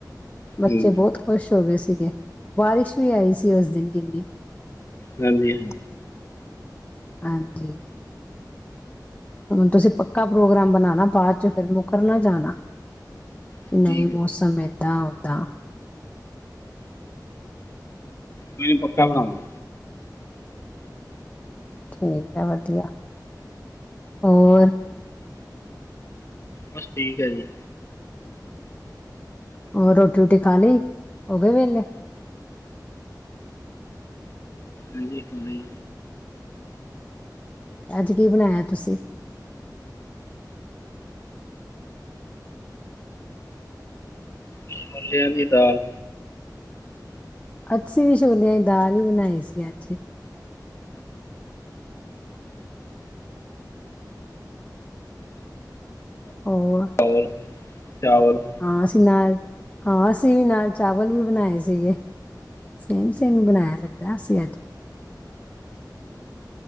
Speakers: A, on the left; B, on the left.
A: ਬੱਚੇ
B: ਹੂੰ
A: ਬਹੁਤ ਖੁਸ਼ ਹੋ ਗਏ ਸੀਗੇ, ਬਾਰਿਸ਼ ਵੀ ਆਈ ਸੀ ਉਸ ਦਿਨ ਕਿੰਨੀ
B: ਹਾਂਜੀ ਹਾਂ
A: ਹਾਂਜੀ ਹੁਣ ਤੁਸੀਂ ਪੱਕਾ ਪ੍ਰੋਗਰਾਮ ਬਣਾਣਾ ਬਾਅਦ ਚ ਫਿਰ ਮੁੱਕਰਨਾ ਜਾਣਾ, ਕਿ
B: ਠੀਕ
A: ਨਹੀਂ ਮੌਸਮ
B: ਹੈ
A: ਸਮੇਦਾਂ, ਔਦਾ
B: ਕੋਈ ਨ ਪੱਕਾ ਬਣਾਵਾਂ
A: ਠੀਕ ਐ ਵਧੀਆ, ਹੋਰ
B: ਬਸ ਠੀਕ ਐ ਜੀ।
A: ਉਹ ਰੋਟੀ- ਰੋਟੀ ਖਾ ਲਈ, ਉਹਗੇ ਵੇਲੇ
B: ਹਾਂਜੀ, ਹਜੀ
A: ਅੱਜ ਕੀ ਬਣਾਇਆ ਤੁਸੀਂ
B: ਛੋਲਿਆਂ ਦੀ ਦਾਲ
A: ਅੱਸੀ ਵੀ ਛੋਲਿਆਂ ਈ ਦਾਲ ਈ ਬਣਾਈ ਸੀ ਅੱਜ ਹੋਰ
B: ਚਲ ਚਾਵਲ
A: ਹਾਂ ਅਸੀਂ ਨਾਲ, ਹਾਂ ਅਸੀਂ ਵੀ ਨਾਲ ਚਾਵਲ ਵੀ ਬਣਾਏ ਸੀਗੇ। ਸੇਮ- ਸੇਮ ਬਣਾਇਆ ਲੱਗਦਾ ਅਸੀ ਅੱਜ